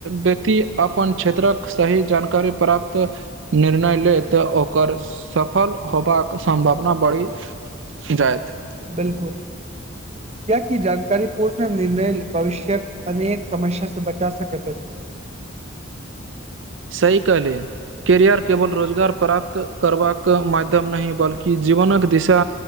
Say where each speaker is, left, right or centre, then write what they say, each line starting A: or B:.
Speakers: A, on the right; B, on the right.
A: व्यक्ति अपन क्षेत्रक सही जानकारी प्राप्त निर्णय ले तऽ ओकर सफल होबाक सम्भावना बढ़ि जायत
B: बिल्कुल कियाकि जानकारी पूर्ण निर्णय भविष्यक अनेक समस्या सँ बचा सकैत अछि <unintelligible>
A: सही कह ले कैरियर केवल रोजगार प्राप्त करबाक माध्यम नहि बल्कि जीवनक दिशा